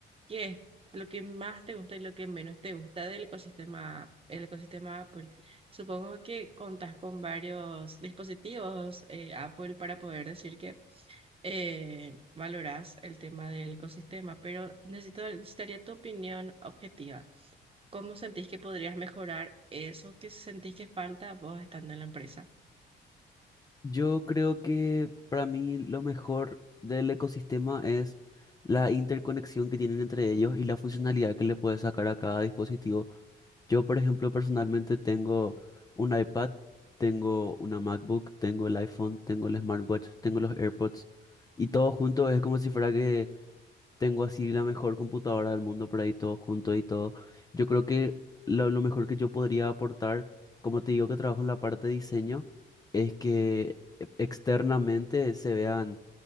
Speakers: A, on the right; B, on the left.
A: ¿Qué es lo que más te gusta y lo que menos te gusta del ecosistema, el ecosistema Apple? Supongo que contás con varios dispositivos eh, Apple para poder decir que eh, valorás el tema del ecosistema, pero necesito, necesitaría tu opinión objetiva. ¿Cómo sentís que podrías mejorar eso que sentís que falta vos estando en la empresa?
B: Yo creo que para mí lo mejor del ecosistema es la interconexión que tienen entre ellos y la funcionalidad que le puedes sacar a cada dispositivo. Yo, por ejemplo, personalmente tengo un iPad, tengo una MacBook, tengo el iPhone, tengo el smartwatch, tengo los AirPods y todo junto es como si fuera que tengo así la mejor computadora del mundo por ahí todo junto y todo. Yo creo que lo, lo mejor que yo podría aportar, como te digo que trabajo en la parte de diseño, es que e- externamente se vean